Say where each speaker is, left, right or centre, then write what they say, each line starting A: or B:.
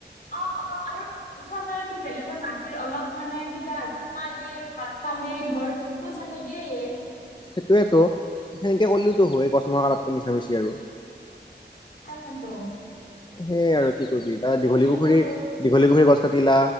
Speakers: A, on the left; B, on the left.
A: অ অ আৰু চৰকাৰেতো বেলেগৰ মাটিৰ অলপ মানে কিবা পালেই ভাগ পালেই ধৰ পইচাটো দিয়ে।
B: সেইটোয়েতো, সেনেকে কৰিলতো হয় গছ মাক তাতকে মিছা মিছি আৰু।
A: তাকে ত।
B: সেই আৰু কি কৰিবি তাৰ দীঘলী
A: এনে
B: পুখুৰীৰ
A: আৰু
B: দীঘলী পুখুৰী গছ কাটিলা